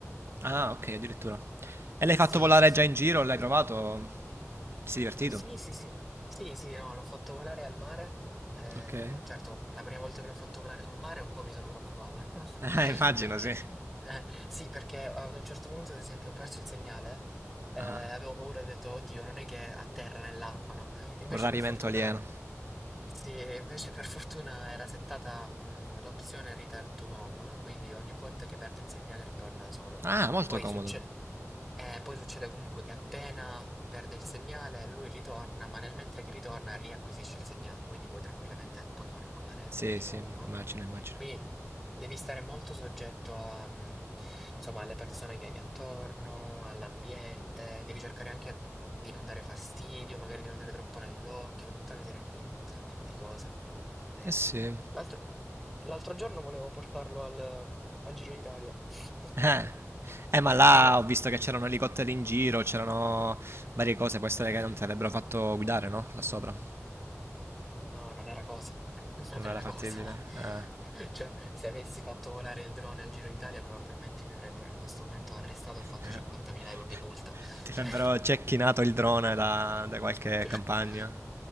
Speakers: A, on the right; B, in the centre.
A: Ah, ok, addirittura. E l'hai fatto
B: Sì,
A: volare
B: sì, sì.
A: già in giro? L'hai provato? Ti sei divertito?
B: Sì, sì, sì. Sì, sì, no, l'ho fatto volare al mare. Eh,
A: Ok. <laughs>
B: certo, la prima volta che l'ho fatto volare sul mare un po' mi sono preoccupato. <laughs>
A: Eh, immagino,
B: Perché,
A: sì.
B: eh, sì, perché ad un certo punto, ad esempio, ho perso il segnale. eh,
A: Ah,
B: avevo paura e ho detto, oddio, non è che atterra nell'acqua, no? Invece,
A: un rarimento
B: per fortuna.
A: alieno.
B: Sì, e invece per fortuna era settata mh, l'opzione return to home, quindi ogni volta che perde il segnale ritorna da solo.
A: Ah, molto
B: Poi
A: comodo.
B: succede, eh, poi succede comunque che appena perde il segnale lui ritorna, ma nel mentre che ritorna riacquisisce il segnale, quindi puoi tranquillamente poi farlo volare
A: Sì,
B: di
A: sì,
B: nuovo, no?
A: immagino, immagino.
B: Quindi devi stare molto soggetto a, mh, insomma, alle persone che hai attorno, all'ambiente, devi cercare anche di non dare fastidio, magari di non dare troppo nell'occhio, tutta una serie di di cose. Eh,
A: Eh sì.
B: l'altro l'altro giorno volevo portarlo al, al Giro d'Italia. <laughs>
A: Eh, eh, ma là
B: Eh.
A: ho visto che c'erano elicotteri in giro, c'erano varie cose, può essere che non ti avrebbero fatto guidare, no? Là sopra.
B: No, non era cosa. <laughs> Non
A: Non
B: era
A: era fattibile?
B: cosa. <laughs>
A: Ah.
B: Cioè, se avessi fatto volare il drone al Giro d'Italia, probabilmente mi avrebbero in questo momento arrestato
A: <laughs>
B: e fatto 50.000 euro di multa.
A: Ti
B: Cioè,
A: avrebbero cecchinato il drone da, da qualche
B: <laughs>
A: campagna?